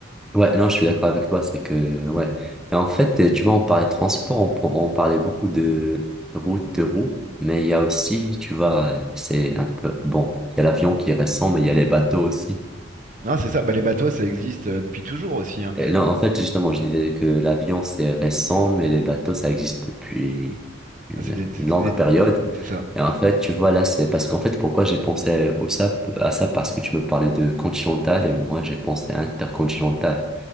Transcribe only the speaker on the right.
Non, c'est ça. Bah, les bateaux, ça existe euh, depuis toujours aussi. hein.
Ah, c'est des-
c'est des-
c'est ça.